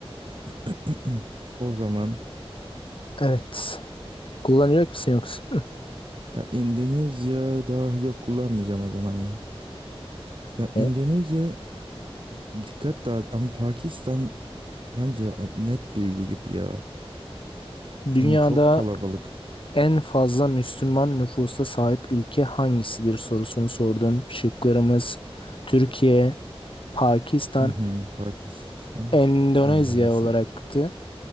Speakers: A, on the right (about 55°); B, on the left (about 60°).
A: <clears throat> O zaman
B: Evet. Kullanacak mısın yoksa?
A: ya Endonezya daha yok kullanmayacağım o zaman ya.
B: <laughs>
A: Ya Endonezya
B: E,
A: dikkat dağıt ama Pakistan bence net bilgi gibi ya.
B: Dünyada
A: Hani çok kalabalık.
B: En fazla Müslüman nüfusa sahip ülke hangisidir sorusunu sordum. Şıklarımız Türkiye, Pakistan,
A: Hı hı, Pakistan,
B: Endonezya
A: Endonezya.
B: olacaktı.